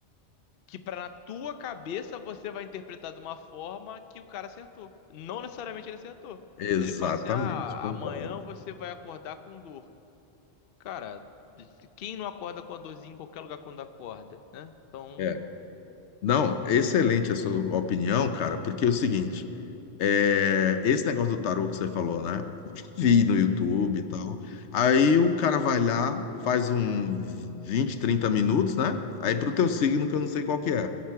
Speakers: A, on the left; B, on the left.
A: que pra na tua cabeça você vai interpretar de uma forma que o cara acertou. Não necessariamente ele acertou.
B: exatamente,
A: Ele fala assim: ah,
B: concordo.
A: amanhã você vai acordar com dor. Cara, quem não acorda com a dorzinha em qualquer lugar quando acorda, né? Então,
B: É. Não, excelente a sua opinião, cara, porque é o seguinte. É, esse negócio do tarô que você falou, né? Vi no YouTube e tal. Aí o cara vai lá, faz um 20, 30 minutos, né? Aí pro teu signo, que eu não sei qual que é.